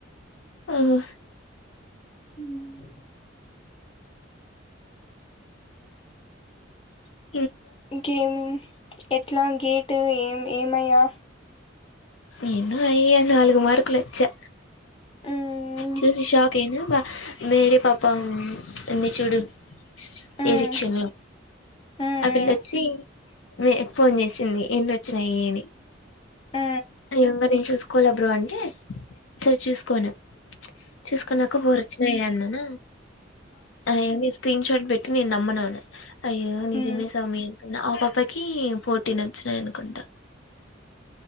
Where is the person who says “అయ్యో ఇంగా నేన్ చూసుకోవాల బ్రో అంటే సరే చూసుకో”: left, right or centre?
Left